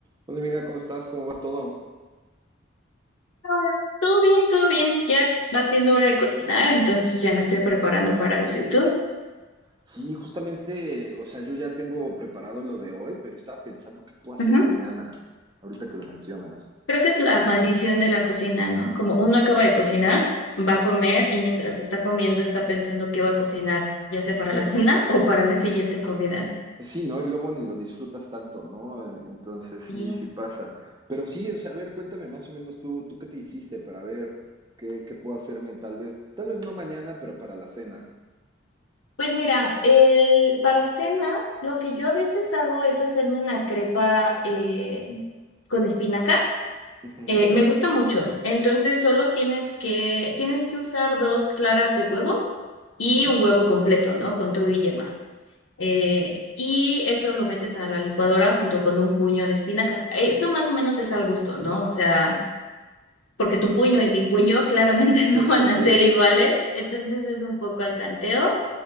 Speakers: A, on the right; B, on the left.
A: Hola amiga, ¿cómo estás? ¿Cómo va todo?
B: Hola. Todo bien, todo bien. Ya va siendo hora de cocinar, entonces ya me estoy preparando para eso. ¿Y tú?
A: Sí, justamente, o sea, yo ya tengo preparado lo de hoy, pero estaba pensando qué puedo hacer
B: Ujú.
A: mañana, ahorita que lo mencionas.
B: Creo que es la maldición de la cocina, ¿no? Como uno acaba de cocinar, va a comer y mientras está comiendo está pensando qué va a cocinar, ya sea para
A: Sí.
B: la cena o para la siguiente comida.
A: Sí, ¿no? Y luego ni lo disfrutas tanto, ¿no? Eh, Entonces sí,
B: Bien.
A: sí pasa. Pero sí, o sea, a ver, cuéntame más o menos tú, tú qué te hiciste para ver qué, qué puedo hacerme tal vez, tal vez no mañana, pero para la cena.
B: Pues mira, el, para cena, lo que yo a veces hago es hacerme una crepa eh, con espinaca.
A: Ujú,
B: Eh, me gusta mucho. Entonces solo tienes que, tienes que usar dos claras de huevo y
A: ujú.
B: un huevo completo, ¿no? Con todo y yema. Eh, y eso lo metes a la licuadora junto con un puño de espinaca. Eso más o menos es al gusto, ¿no? O sea, porque tu
A: Ok,
B: puño y mi puño claramente
A: sí,
B: <laughs> no
A: sí,
B: van
A: sí,
B: a ser iguales, entonces es un poco al tanteo.